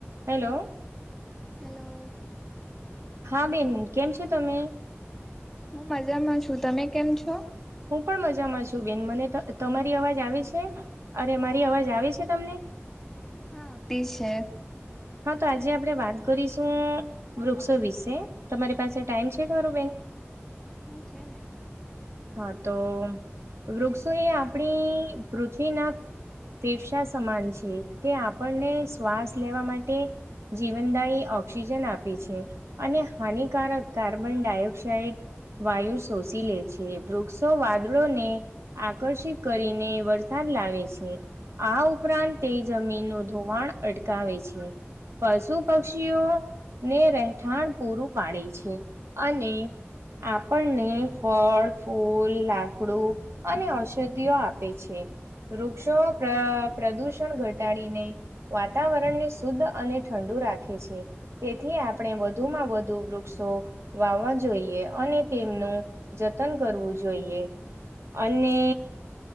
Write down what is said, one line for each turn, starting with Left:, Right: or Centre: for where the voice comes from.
Right: Hello
Centre: hello
Right: હા બેન કેમ છે તમે
Centre: હું મજામાં છું તમે કેમ છો
Right: હું પણ મજામાં છું બેન મને તમારી અવાજ આવી છે અરે મારી અવાજ આવી છે તમને?
Centre: હા તે છે
Right: હા તો આજે આપણે વાત કરીશું વૃક્ષો વિશે તમારી પાસે ટાઈમ છે ખરુંબેન
Centre: હા છે ને
Right: હા તો વૃક્ષો એ આપણી પૃથ્વી ના તેેફસા સમાન છે તે આપણને શ્વાસ લેવા માટે જીવનદાયી ઓક્સિજન આપે છે. અને હાનિકારક કાર્બન ડાયોક્સાઈઇડ વાયુ શોષી લે છે વૃક્ષો વાદળોને આકર્ષિત કરીને વરસાદ લાવે છે આ ઉપરાંત તે જમીનનું ધોવાણ અટકાવે છે પશુ પક્ષીઓ ને રહેઠાણ પૂરું પાડે છે અને આપણને ફળ ફૂલ, લાકડું અને ઔષધિઓ આપે છે. વૃક્ષો પ્રદુષણ ઘટાડીને વાતાવરણને શુદ્ધ અને ઠંડુ રાખે છે. તેથી આપણે વધુમાં વધુ વૃક્ષો વાવવા જોઈએ અને તેમનું જતન કરવું જોઈએ અને